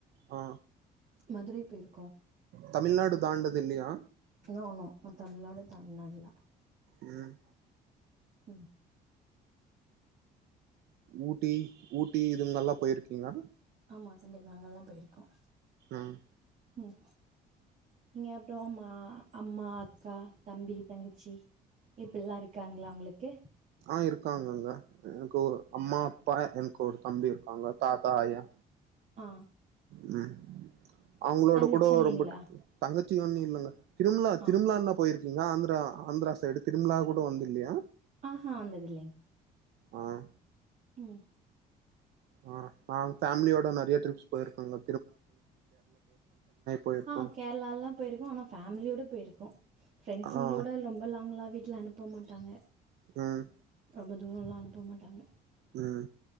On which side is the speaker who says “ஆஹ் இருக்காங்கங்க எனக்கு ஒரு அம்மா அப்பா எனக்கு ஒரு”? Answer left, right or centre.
Right